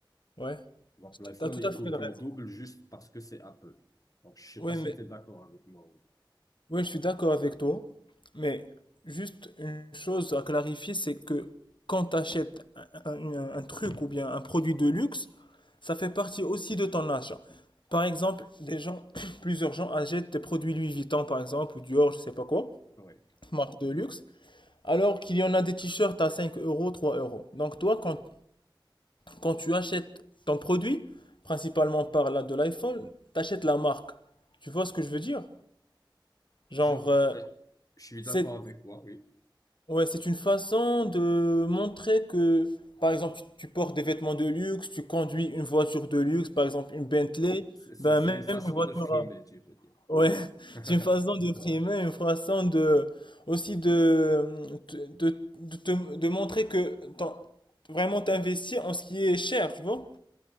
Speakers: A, on the left; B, on the left.
A: Ouais,
B: Donc l'iPhone,
A: t'as tout
B: il
A: à fait
B: coûte
A: le reste.
B: le double juste parce que c'est Apple. Donc je sais
A: Oui,
B: pas si
A: mais
B: tu es d'accord avec moi. ou-
A: oui, je suis d'accord avec toi. Mais juste une chose à clarifier, c'est que quand tu achètes un, un- un truc ou bien un produit de luxe, ça fait partie aussi de ton achat. Par exemple, des gens, <clears throat> plusieurs gens achètent des produits Louis Vuitton, par exemple, ou Dior, je sais pas quoi,
B: Ouais.
A: marque de luxe, alors qu'il y en a des t-shirts à 5 euros, 3 euros. Donc toi, quand, quand tu achètes ton produit, principalement par là de l'iPhone, tu achètes la marque. Tu vois ce que je veux dire? Genre,
B: Je,
A: euh,
B: euh, je suis
A: c'est
B: d'accord avec toi, oui.
A: ouais, c'est une façon de montrer que, par exemple, tu, tu portes des vêtements de luxe, tu conduis une voiture de luxe, par exemple une Bentley,
B: C'est c'est-
A: ben
B: c'est
A: même
B: une façon
A: une voiture.
B: de frimer,
A: à-
B: tu peux dire.
A: Ouais, <laughs>
B: <laughs>
A: c'est une façon de primer, une façon de aussi de de, de, de te- de montrer que t'en- vraiment t'investis en ce qui est cher, tu vois?